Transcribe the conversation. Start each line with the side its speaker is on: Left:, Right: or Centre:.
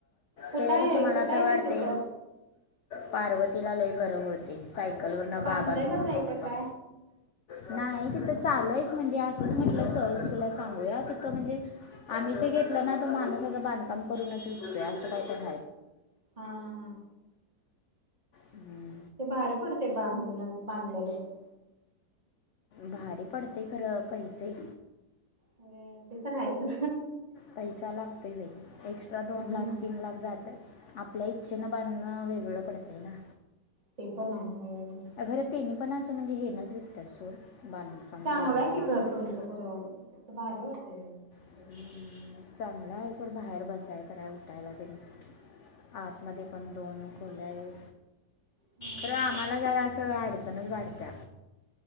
Right: कुठं
Left: त्याच्यापेक्षा
Right: आहे
Left: मला
Right: कुठं
Left: तर
Right: आहे
Left: वाटतय
Right: ते तिथं
Left: पार्वतीला लई बर होते. सायकल वर न
Right: बांधलेलंच
Left: बाबा तुमचा
Right: आहे का
Left: पप्पा-
Right: काय
Left: नाही तिथं चालूयत म्हणजे असंच म्हटलं सहज तुला सांगूया तिथं म्हणजे आम्ही चे - क घेतला ना तो माणूस अस बांधकाम करूनच विकतोय, असं काहीतर आह.
Right: हा, हा, हा.
Left: हम्म.
Right: ते भारी पडतय बांधूनच, बांधलेलंच.
Left: भारी पडतय खरं पैसे-
Right: होय ते तर हायचं.
Left: पैसा लागतोय बाई. एक्स्ट्रा दोन
Right: हम्म
Left: लाख, तीन लाख जातात,, आपल्या इच्छेनं बांधणं वेगळं पडतंय ना!
Right: ते पण आहे, होय
Left: खरं त्यांनी पण असं म्हणजे हे नच विकत्यात सोड, बांधकाम
Right: चांगलंय
Left: करून वगैरे
Right: की घर तुमचं खर,, भारी वाटतय ते
Left: हम्म,
Right: बगायऽ
Left: चांगलं आहे सोड, बाहेर बसाय कराय उठायला त्यांनऽ आतमध्ये पण दोन खोल्याय,
Right: हम्म.
Left: खर आम्हाला जरा असं अडचणच वाढत्या.